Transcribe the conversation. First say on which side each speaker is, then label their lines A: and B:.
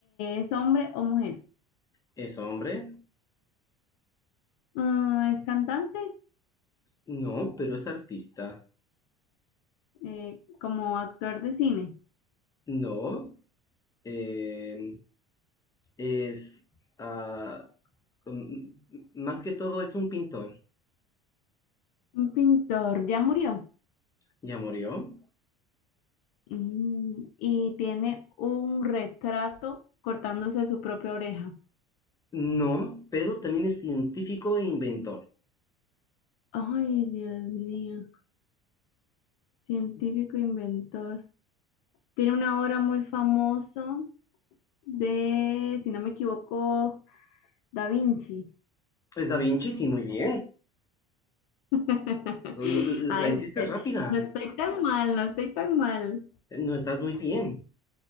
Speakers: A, on the left; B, on the left.
A: ¿es hombre o mujer?
B: ¿es hombre?
A: Ah, ¿es cantante?
B: No, pero es artista.
A: Eh, ¿como actor de cine?
B: No, em, es... ah, mm, mm, más que todo es un pintor.
A: Un pintor, ya murió.
B: ¿Ya murió?
A: Mm, y tiene un retrato cortándose su propia oreja.
B: No, pero también es científico e inventor.
A: Ay, Dios mío. Científico inventor. Tiene una obra muy famosa de, si no me equivoco, Da Vinci.
B: Es Da Vinci, sí, muy bien.
A: <laughs>
B: Lo- lo- lo-
A: Ay,
B: La, hiciste
A: mujer,
B: rápida.
A: no estoy tan mal, no estoy tan mal.
B: No estás muy bien.